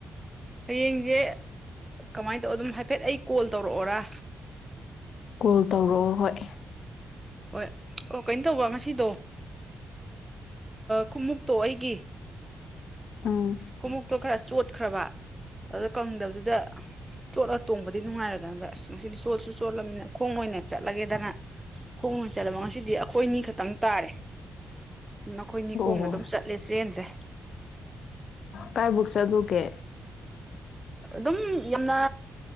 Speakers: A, on the right (about 15°); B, on the left (about 70°).
A: ꯍꯌꯦꯡꯁꯦ ꯀꯃꯥꯏꯅ ꯇꯧ ꯑꯗꯨꯝ ꯍꯥꯏꯐꯦꯠ ꯑꯩ ꯀꯣꯜ ꯇꯧꯔꯛꯑꯣꯔ
B: ꯀꯣꯜ ꯇꯧꯔꯛꯑꯣ ꯍꯣꯏ
A: ꯍꯣꯏ ꯑꯣ ꯀꯩꯅꯣ ꯇꯧꯕ ꯉꯁꯤꯗꯣ ꯈꯨꯃꯨꯛꯇꯣ ꯑꯩꯒꯤ
B: ꯎꯝ
A: ꯀꯨꯃꯨꯛꯛꯇꯣ ꯈꯔ ꯆꯠ ꯆꯠꯈ꯭ꯔꯕ ꯑꯗꯨꯗ ꯀꯪꯗꯕꯗꯨꯗ ꯆꯣꯠꯂ ꯇꯣꯡꯕꯗꯤ ꯅꯨꯡꯉꯥꯏꯔꯗꯅꯗ ꯑꯁ ꯉꯁꯤꯗꯤ ꯆꯣꯠꯁꯨ ꯆꯣꯠꯂꯕꯅꯤꯅ ꯈꯣꯡ ꯑꯣꯏꯅ ꯆꯠꯂꯒꯦꯗꯅ ꯈꯣꯡ ꯑꯣꯏꯅ ꯆꯠꯂꯕ ꯉꯁꯤꯗꯤ ꯑꯩꯈꯣꯏꯅꯤ ꯈꯛꯇꯪ ꯇꯥꯔꯦ ꯅꯈꯣꯏ ꯅꯤꯈꯣꯡꯅ
B: ꯑꯣ
A: ꯑꯗꯨꯝ ꯆꯠꯂꯦ ꯆꯦꯟꯗ꯭ꯔꯦ
B: ꯀꯥꯏ ꯕꯨꯛꯁ ꯨ ꯀꯦ
A: ꯑꯗꯨꯝ ꯌꯥꯝꯅ